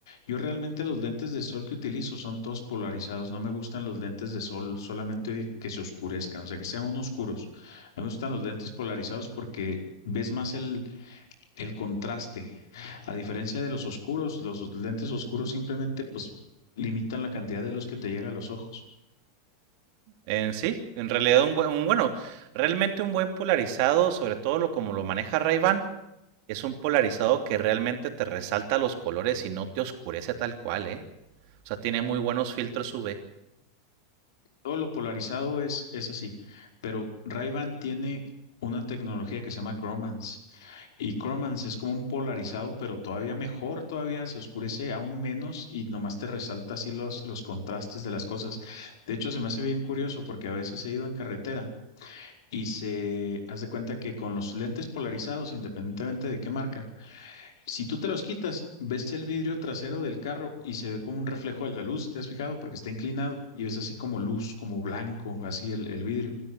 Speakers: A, on the left; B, on the right.
A: Yo realmente los lentes de sol que utilizo son todos polarizados. No me gustan los lentes de sol solamente que se oscurezcan, o sea, que sean unos oscuros. A mí me gustan los lentes polarizados porque ves más el, el contraste. A diferencia de los oscuros, los lentes oscuros simplemente pues limitan la cantidad de luz que te llega a los ojos.
B: En sí, en realidad un buen, un- bueno, realmente un buen polarizado, sobre todo lo como lo maneja Ray-Ban, es un polarizado que realmente te resalta los colores y no te oscurece tal cual, ¿eh? O sea, tiene muy buenos filtros UV.
A: Todo lo polarizado es, es así, pero Ray-Ban tiene una tecnología que se llama Cromance y Cromance es como un polarizado, pero todavía mejor, todavía se oscurece aún menos y nomás te resalta así los, los contrastes de las cosas. De hecho, se me hace bien curioso porque a veces he ido en carretera y se hace cuenta que con los lentes polarizados, independientemente de qué marca, si tú te los quitas, ves el vidrio trasero del carro y se ve como un reflejo de la luz, ¿te has fijado? Porque está inclinado y ves así como luz, como blanco, así el, el vidrio.